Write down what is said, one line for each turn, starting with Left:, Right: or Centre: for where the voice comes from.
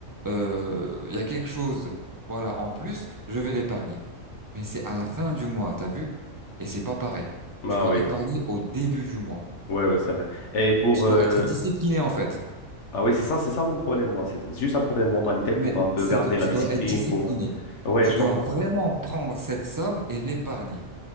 Right: euh, il y a quelque chose, voilà, en plus, je vais l'épargner. Mais c'est à la fin du mois, t'as vu? Et c'est pas pareil.
Left: Ah
Right: Tu dois
Left: oui.
Right: épargner au début du mois.
Left: Ouais, ouais, c'est vrai. Et pour
Right: Tu dois
Left: euh,
Right: être discipliné, en fait.
Left: Ah oui, c'est ça, c'est ça mon problème, moi. C'est c'est juste un problème de mentalité pour
Right: Mais
Left: un peu
Right: c'est
Left: garder
Right: de- tu
Left: la discipline,
Right: dois être discipliné.
Left: pour... euh, Ouais,
Right: Tu
Left: je
Right: dois
Left: comprends.
Right: vraiment prendre cette somme et l'épargner.